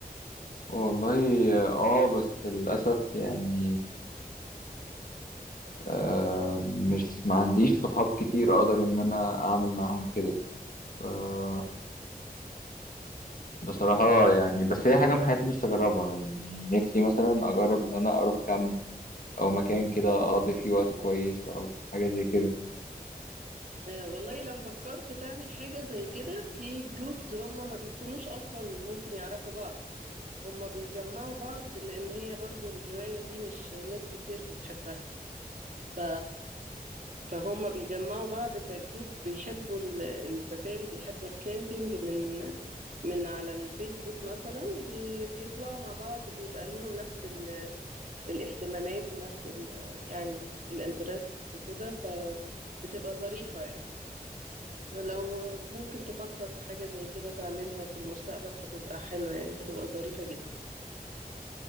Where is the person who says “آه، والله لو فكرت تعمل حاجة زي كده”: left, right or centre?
Right